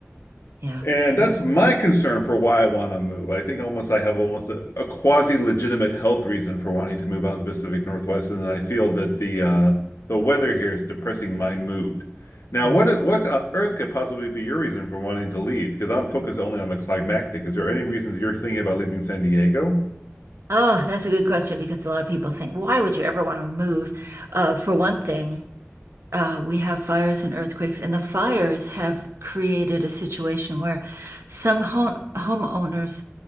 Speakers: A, on the right; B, on the left.
A: Yeah.
B: And that's
A: Mm.
B: my concern for why I want to move. I think almost I have almost a, a quasi-legitimate health reason for wanting to move out of the Pacific Northwest, and I feel that the uh, the weather here is depressing my mood. Now,
A: Mm.
B: what what on earth could possibly be your reason for wanting to leave? Because I'm focused only on the climactic. Is there any reasons you're thinking about leaving San Diego?
A: Oh, that's a good question because a lot of people think, why would you ever want to move? Uh, for one thing, uh, we have fires and earthquakes, and the fires have created a situation where some home homeowners